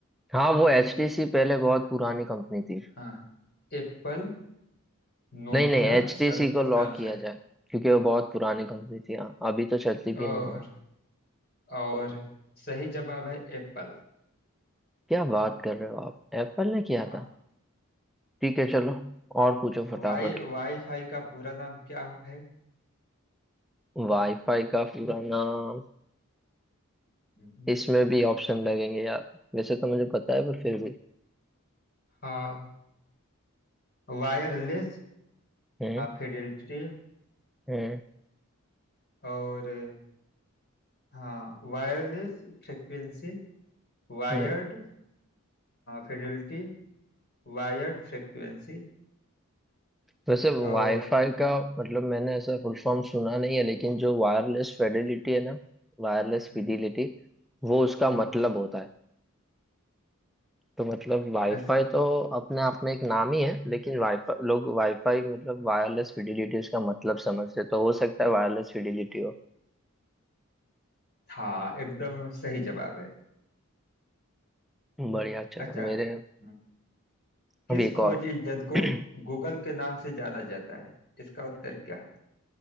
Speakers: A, in the centre; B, on the left (about 50°).
A: हाँ वो एचटीसी पहले बहुत पुरानी कंपनी थी
B: हाँ एप्पल नोकिया
A: नहीं नहीं एचटीसी
B: सम
A: को लॉक
B: सैमसंग
A: किया जाए क्योंकि वो बहुत पुरानी कंपनी थी हाँ अभी तो चलती
B: और
A: भी नहीं है
B: और सही जवाब है एप्पल
A: क्या बात कर रहे हो आप एप्पल ने किया
B: हाँ
A: था ठीक है चलो और पूछो फटाफट
B: वाई वाईफाई का पूरा नाम क्या हो- है
A: वाईफाई का पूरा नाम
B: हम्म।
A: इसमें भी ऑप्शन लगेंगे यार वैसे तो मुझे पता है पर फिर भी
B: हाँ वायरलेस
A: हम्म
B: फिडेलिटी
A: हम्म
B: और हाँ wireless frequency wired
A: हम्म
B: fidelity wired frequency
A: वैसे
B: और
A: वाईफाई का मतलब मैंने ऐसा फुल फॉर्म सुना नहीं है लेकिन जो वायरलेस फिडेलिटी है ना वायरलेस
B: हम्म,
A: फिडिलिटी वो उसका
B: हम्म।
A: मतलब होता है तो मतलब वाईफाई
B: अच्छा
A: तो अपने आप में एक नाम ही है लेकिन वाईफाई लोग वाईफाई मतलब वायरलेस फिडिलिटी उसका मतलब समझते हैं। तो हो सकता है वायरलेस फिडिलिटी
B: हाँ एकदम सही जवाब है
A: बढ़िया चलो
B: अच्छा
A: मेरे
B: हम्म। किस
A: अब एक
B: खोज
A: और
B: इंजन
A: <clears throat>
B: को
A: क्या
B: गूगल के नाम से जाना जाता है इसका उत्तर क्या है